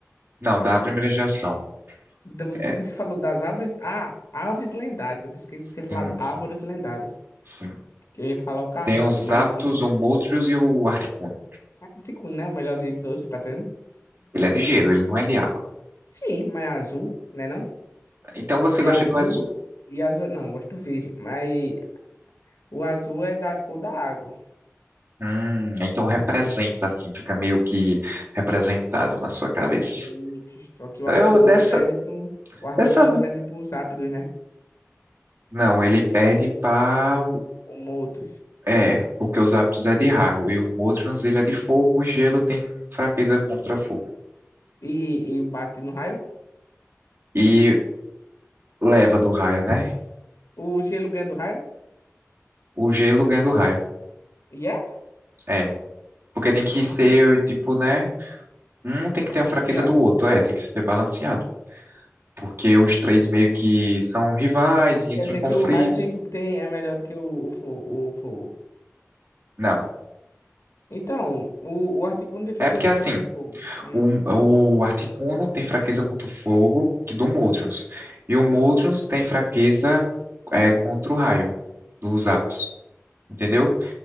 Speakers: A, on the right; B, on the left.
A: Não, da primeira geração.
B: Do-
A: É,
B: Você falou das árvores. Ah, aves lendárias. Eu pensei
A: sim,
B: que você falado
A: sim,
B: árvores lendárias.
A: sim.
B: Que eu ia falar o carvalho,
A: Tem os
B: mas
A: Zapdos,
B: tipo,
A: o Moltres e o Articuno.
B: é tipo, né? O melhorzinho dos outros, tá tendo?
A: Ele é de gelo, ele não é de água.
B: Sim, mas é azul, né não?
A: Então você
B: E
A: gosta
B: azul.
A: do azul.
B: E azul. Não, eu gosto do verde. Mas o azul é da cor da água.
A: Hum, então representa assim, fica meio que representado na sua cabeça.
B: E- só que o
A: Eu
B: Articuno
A: dessa,
B: pede pro. O Articuno
A: dessa,
B: pede pros ápidos, né?
A: não, ele perde para,
B: Como outros.
A: é, porque os hábitos é de raio e o Motrons ele é de fogo, o gelo tem fraqueza contra fogo.
B: E, e bate no raio?
A: E leva do raio, né?
B: O gelo ganha do raio?
A: O gelo ganha do raio.
B: E é?
A: É, porque tem que
B: Ah,
A: ser tipo, né? Um tem
B: balanceado.
A: que ter a fraqueza do outro, é, tem que ser balanceado porque os três meio que são rivais e entram
B: Quer dizer
A: em conflito
B: que o raio tem, tem, é melhor do que o, o fogo, o fogo.
A: Não.
B: Então, o, o Articuno de fraqueza
A: É porque assim,
B: contra o fogo. Hum,
A: o, o Articuno tem fraqueza contra o fogo que do Moltres. E o Moltres tem fraqueza é, contra o raio dos Aptos, entendeu?